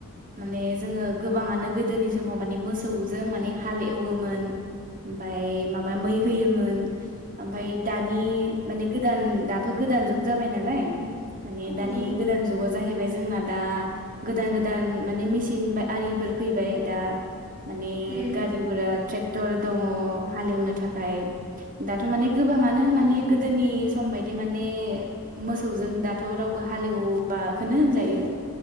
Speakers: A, on the right; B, on the left.
A: माने जोङो गोब बाङानो गोदोनि समाव माने मोसौजों माने हाल एवोमोन ओमफाय माबा मै होयोमोन। ओमफाय दानि माने गोदान दाथ' गोदान जुग जाबाय नालाय माने
B: उम
A: दानि गोदान जुगाव जाहैबाय जोंना दा गोदान गोदान माने मेसिन बा आरिफोर फैबाय दा माने
B: उम
A: गारि गुरा ट्रेक्टर दङ हालेवनो थाखाय दाथ' माने गोबाङानो माने
B: उम
A: गोदोनि सम बायदि माने मोसौजों दाथ' रावबो हालेवआखोनो होनजायो।